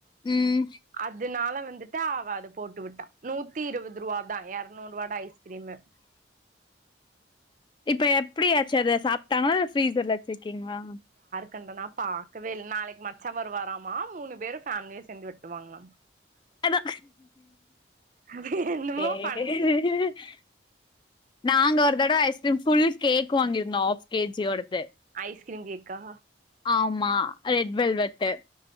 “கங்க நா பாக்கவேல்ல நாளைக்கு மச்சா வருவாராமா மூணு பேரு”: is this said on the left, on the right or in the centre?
Right